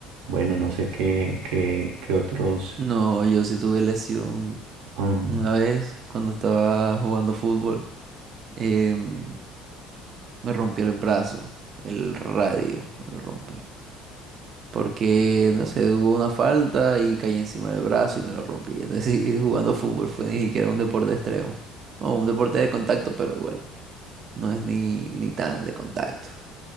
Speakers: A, on the right; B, on the right.
A: bueno, no sé qué, qué, qué otros...
B: No, yo sí tuve lesión
A: am,
B: una vez cuando estaba jugando fútbol. em, me rompí el brazo, el radio, me lo rompí. Porque, no sé, hubo una falta y caí encima del brazo y me lo rompí. Entonces, <laughs> y jugando fútbol fue ni siquiera un deporte extremo. O un deporte de contacto, pero igual, no es ni, ni tan de contacto.